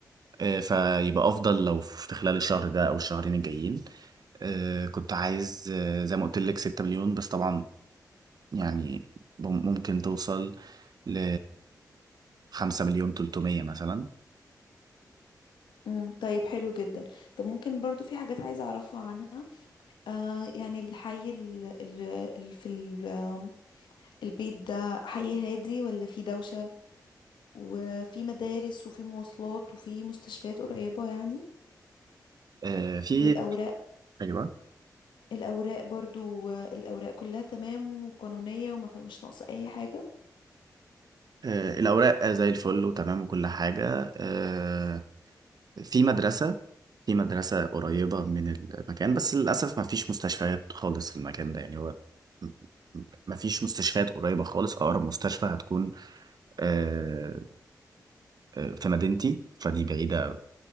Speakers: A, on the right; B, on the left.
A: آه، فيبقى افضل لو في خلال الشهر ده او الشهرين الجايين آه، كنت عايز آه، زي ما قلت لك 6 مليون بس طبعا يعني مم- ممكن توصل ل 5 مليون 300 مثلا
B: امم طيب حلو جدا طب ممكن برضو في حاجات عايزة اعرفها عنها آه يعني الحي ال- ال- ال- في ال- آم، البيت ده حي هادي ولا في دوشة وفي مدارس وفي مواصلات وفي مستشفيات قريبة يعني
A: آه، في
B: والأوراق
A: ايوه
B: الأوراق برضو آه، الأوراق كلها تمام وقانونية وما فيها مش ناقصة أي حاجة
A: آه، الاوراق آه، زي الفل وتمام وكل حاجه آه، في مدرسه في مدرسه قريبه من المكان بس للاسف ما فيش مستشفيات خالص في المكان ده يعني هو م- م- ما فيش مستشفيات قريبه خالص اقرب مستشفى هتكون آه، آه، في مدينتي فدي بعيده